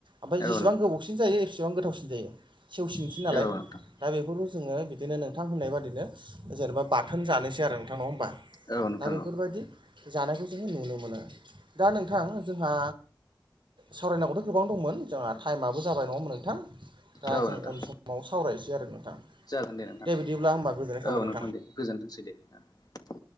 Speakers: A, on the right; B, on the left.
A: ओमफाय
B: औ
A: जेसेबां
B: नोंथां औ
A: गोबावसिन जायो एसेबां गोथावसिन जायो। सेवसिनसै
B: नोंथां
A: नालाय दा बेफोरखौ जोङो बिदिनो नोंथां होननाय बादिनो जेनेबा बाथोन जानोसै आरो नोंथां नङा होमबा?
B: औ नोंथां
A: दा बेफोरबायदि
B: औ
A: जानायखौ जोङो नुनो मोनो। दा नोंथां जोंहा सावरायनांगौथ' गोबां दंमोन जोंहा थाइमाबो जाबाय नङामोन नोंथां? दा
B: औ
A: जों
B: नोंथां
A: उन समाव सावरायनोसै आरो नोंथां।
B: जागोन नोंथां
A: दे बिदिब्ला होमबा गोजोननाय
B: औ
A: थाबाय नों
B: नोंथां दे गोन्थोंसै दे ओ